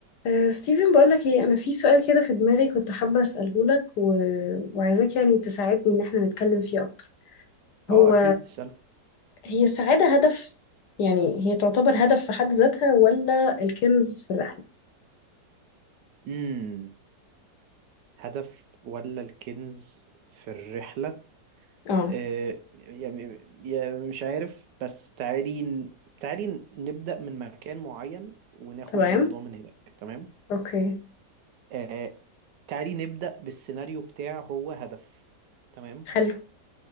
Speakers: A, on the left (about 70°); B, on the right (about 75°).
A: أه ستيفن بقولك ايه انا في سؤال كده في دماغي كنت حابة اسأله لك و... وعايزاك يعني تساعدني ان احنا نتكلم فيه اكتر
B: اه
A: هو
B: اكيد اسأل
A: هي السعادة هدف يعني هي تعتبر هدف في حد ذاتها ولا الكنز في الرحلة
B: امم هدف ولا الكنز في الرحلة
A: اه
B: آه يعني يعني مش عارف بس تعالي تعالي نبدأ من مكان معين وناخد
A: تمام
B: الموضوع من هناك تمام
A: اوكي
B: آه تعالي نبدأ بالسيناريو بتاع هو هدف تمام
A: حلو